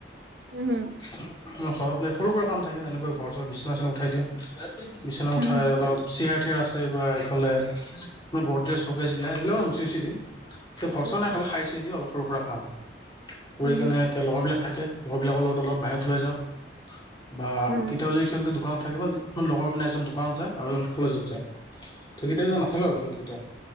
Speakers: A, on the right (about 70°); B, on the left (about 25°).
A: উমঁ হুম।
B: আৰ ঘৰত পাই সৰু সুৰা কাম থাকে যেনেকৈ ঘৰ বিছনাচনা উঠাই দিওঁ। বিচনা
A: উম
B: উঠাই
A: হম
B: অলপ- চয়াৰ থঠিয়াৰ আছে, বা এইফালে গদে চকেছ বিলাক এইবিলাকো মচি গচি দিম।
A: আচ্ছা
B: ঘৰ
A: আচ্ছা
B: নাই খাল খাইছে দিও অলপ সৰু সুৰা কাম কৰি
A: উম
B: কেনে
A: হম
B: এতিয়া লগৰবলাক থাকে, লগৰ বিলাকৰ লগত অলপ বাহিৰত ওলাই যাওঁ বা
A: উম
B: কেতিয়াবও যদি দোকানত থাকে। ম লগৰ মানে এজন দোকানত যায় আৰু এজন কলেজত যায়। ত', কিত কেইটা নাথাকে আৰু সিহঁতকেইটা